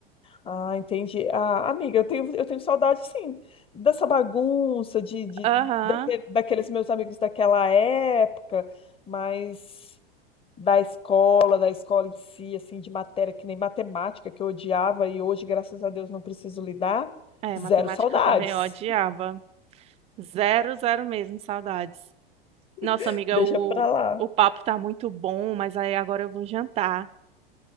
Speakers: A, on the left (about 20°); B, on the right (about 20°).
A: Ah, entendi. Ah, amiga, eu tenho, eu tenho saudade, sim, dessa bagunça, de, de,
B: Aham.
A: daque- daqueles meus amigos daquela época, mas. da escola, da escola em si, assim, de matéria, que nem matemática, que eu odiava e hoje, graças a Deus, não preciso lidar.
B: É, matemática
A: Zero saudades.
B: também eu odiava. Zero, zero mesmo, saudades. Nossa,
A: <laughs>
B: amiga,
A: Deixa
B: o,
A: pra lá.
B: o papo tá muito bom, mas aí agora eu vou jantar,